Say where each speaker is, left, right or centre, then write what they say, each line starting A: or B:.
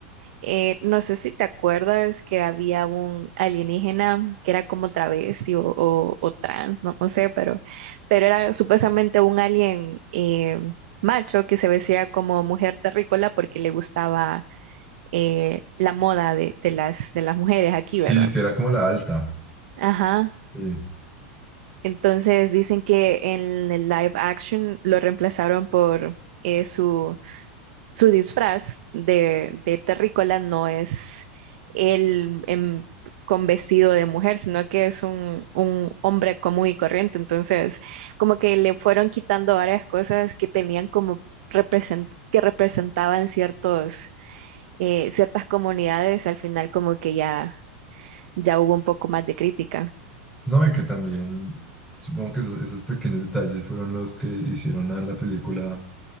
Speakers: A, on the right; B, in the centre.
A: eh, no sé si te acuerdas que había un alienígena que era como travesti o, o- o trans, no, no sé, pero, pero era supuestamente un alien eh, macho que se vestía como mujer terrícola porque le gustaba eh, la moda de, de las, de las mujeres aquí,
B: Sí,
A: ¿verdad?
B: que era como la alta.
A: Ajá.
B: Sí.
A: Entonces dicen que en el live action lo reemplazaron por eh, su su disfraz de, de terrícola no es él en- con vestido de mujer, sino que es un, un hombre común y corriente. Entonces, como que le fueron quitando varias cosas que tenían como represent- que representaban ciertos, eh, ciertas comunidades, al final como que ya, ya hubo un poco más de crítica.
B: No, y que también supongo que esos, esos pequeños detalles fueron los que hicieron a la película